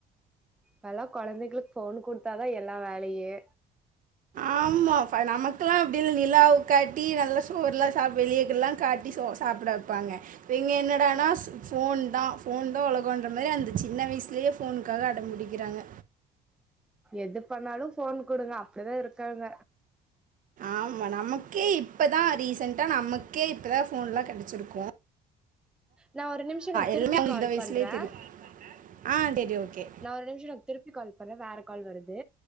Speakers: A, in the centre; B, on the right (about 50°).
A: இப்பெல்லா கொழந்தைகளுக் ஃபோன் குடுத்தாதா எல்லா வேலையே.
B: ஆமா ஃப நமக்குலா அப்டி இல் நிலாவ் காட்டி நல்லா சோறுலா சாப் வெளியகில்லா காட் டி சோ சாப்பட வெப்பாங்க. இவிங்க என்னடானா ஸ் ஃபோன்தா ஃபோன்தா உலகோன்ற மாரி அந்த சின்ன வயசுலியே ஃபோன் க்காக அடம் புடிக்கிறாங்க.
A: எது பண்ணாலு ஃபோன் குடுங்க அப்டிதா இருக்காங்க.
B: ஆமா நமக்கே இப்பதா ரீசெண்ட்டா நமக்கே இப்பதா ஃபோன்லா கெடச்சிருக்கு.
A: நா ஒரு நிம்ஷங்க திருப்பி
B: எல்லாமே அவங்களுக்கு
A: கால்
B: இந்த வயசுலேயே
A: பண்றே.
B: தெரியும் ஆ டெடி ஓகே.
A: நா ஒரு நிம்ஷோ உனக் திருப்பி கால் பண்றே வேற கால் வருது.